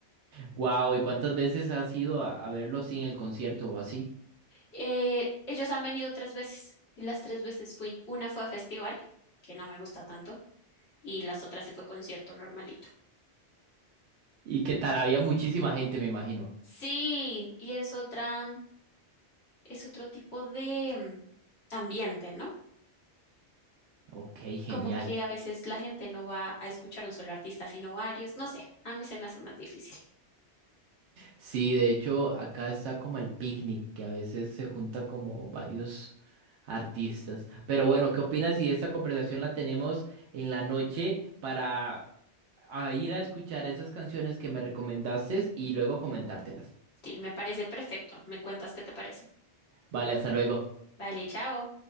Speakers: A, on the right; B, on the left.
A: Wow, ¿y cuántas veces has ido a, a verlo así en el concierto o así?
B: Eh, ellos han venido tres veces y las tres veces fui. Una fue a festival, que no me gusta tanto, y las otras sí fue concierto normalito.
A: ¿Y qué tal? Había muchísima gente, me imagino.
B: Sí, y es otra, es otro tipo de mm, ambiente, ¿no?
A: Ok, genial.
B: como que a veces la gente no va a escuchar un solo artista, sino varios. No sé, a mí se me hace más difícil.
A: Sí, de hecho, acá está como el picnic, que a veces se junta como varios artistas. Pero bueno, ¿qué opinas si esta conversación la tenemos en la noche para a ir a escuchar esas canciones que me recomendaste y luego comentártelas?
B: Sí, me parece perfecto. Me cuentas qué te parecen.
A: Vale, hasta luego.
B: Vale, chao.